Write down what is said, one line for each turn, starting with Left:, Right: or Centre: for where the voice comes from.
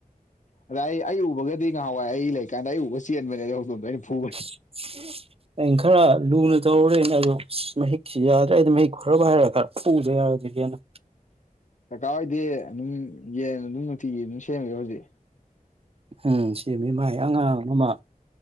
Left: ꯑꯗ ꯑꯩ ꯎꯕꯒꯗꯤ ꯉꯍꯥꯎꯋꯥꯏ ꯑꯩ ꯂꯩꯀꯥꯟꯗ ꯑꯩ ꯎꯕꯒ ꯆꯦꯟꯕꯅꯦ ꯑꯗꯨ ꯍꯧꯖꯤꯣꯗꯣ ꯑꯩꯅ ꯐꯨꯕꯅꯤ
Right: ꯎꯝ ꯑ ꯈꯔ ꯂꯨꯅ ꯇꯧꯔꯨꯔꯦꯅ ꯑꯗꯣ ꯃꯍꯤꯛꯁꯤ ꯌꯥꯗ꯭ꯔꯦ ꯑꯩꯗꯤ ꯃꯍꯤꯛ ꯈꯔꯕ ꯍꯥꯏꯔꯒ ꯈꯔ ꯄꯖ ꯍꯥꯏ ꯑꯣꯏꯖꯤ ꯌꯥꯝꯅ
Left: ꯆꯀꯥꯔ ꯍꯣꯏꯗꯤ ꯑꯗꯨꯝ ꯌꯦꯟ ꯑꯗꯨꯝ ꯅꯨꯡꯇꯤꯒꯤ ꯑꯗꯨꯝ ꯁꯦꯝꯃꯦꯣ ꯍꯧꯖꯤꯛ
Right: ꯎꯝ ꯁꯤ ꯃꯤ ꯃꯥꯏ ꯑꯉꯥꯡ ꯑꯃ